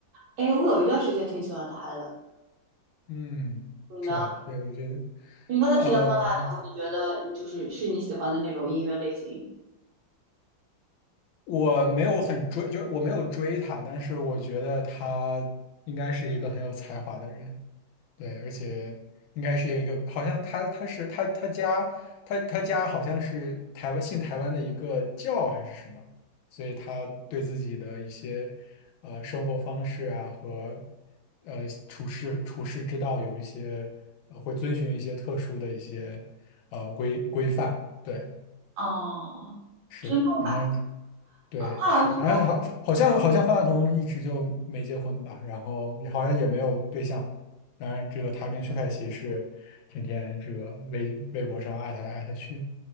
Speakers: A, on the right; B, on the left.
A: 哎，我有一段时间挺喜欢他的，
B: 嗯，
A: 你呢？
B: 是吧？对，我觉得，
A: 你刚才提到方大同，
B: 呃，
A: 你觉得就是是你喜欢的那种音乐类型？
B: 我没有很追，就是我没有追他，但是我觉得他应该是一个很有才华的人。对，而且应该是一个，好像他他是他他家他他家好像是台湾信台湾的一个教还是什么，所以他对自己的一些呃生活方式啊和呃处事处事之道有一些呃会遵循一些特殊的一些呃规规范。对，
A: 哦，
B: 是的，
A: 尊重吧，
B: 好像对，
A: 他好像是他，
B: 是，好像好，好像好像方大同一直就没结婚吧，然后也好像也没有对象。当然，这个他跟薛凯琪是天天这个微微博上艾特来艾特去，